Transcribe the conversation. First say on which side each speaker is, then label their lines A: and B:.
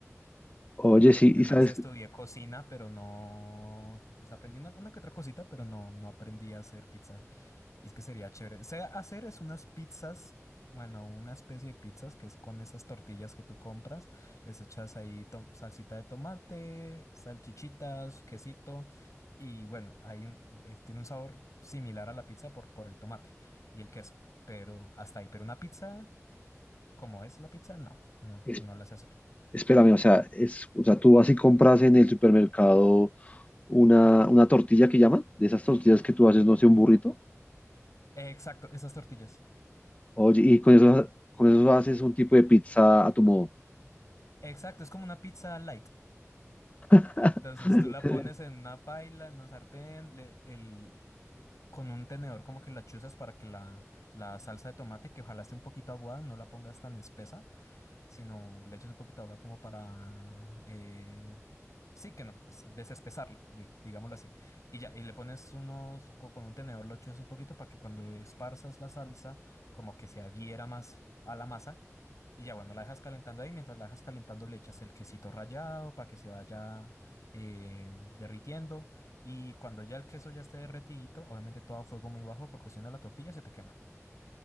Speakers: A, on the left; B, on the left.
A: Oye, sí,
B: Yo
A: y
B: una
A: sabes,
B: vez estudié cocina, pero no, pues aprendí una, una que otra cosita, pero no, no aprendí a hacer pizza. Y es que sería chévere. O hacer es unas pizzas, bueno, una especie de pizzas que es con esas tortillas que tú compras. Les echas ahí to- salsita de tomate, salchichitas, quesito. Y bueno, hay un- es- tiene un sabor similar a la pizza por, por el tomate y el queso. Pero hasta ahí. Pero una pizza, como es la pizza, no, no,
A: es-
B: no la sé hacer.
A: espérame, o sea, es, o sea, tú vas y compras en el supermercado. una, una tortilla que llaman, de esas tortillas que tú haces, no sé, un burrito.
B: Exacto, esas tortillas.
A: Oye, y con eso, con eso haces un tipo de pizza a tu modo.
B: Exacto, es como una pizza light.
A: <laughs>
B: Entonces tú la pones en una paila, en una sartén, le- el, con un tenedor como que la chuzas para que la, la salsa de tomate, que ojalá esté un poquito aguada, no la pongas tan espesa, sino le echas un poquito de agua como para... eh, sí, que no, pues desespesarla, di- digámoslo así. Y ya, y le pones unos... co- Con un tenedor lo chuzas un poquito para que cuando esparzas la salsa, como que se adhiera más a la masa. Y ya, bueno, la dejas calentando ahí. Mientras la dejas calentando, le echas el quesito rallado para que se vaya eh, derritiendo. Y cuando ya el queso ya esté derretidito, obviamente todo a fuego muy bajo porque si no la tortilla se te quema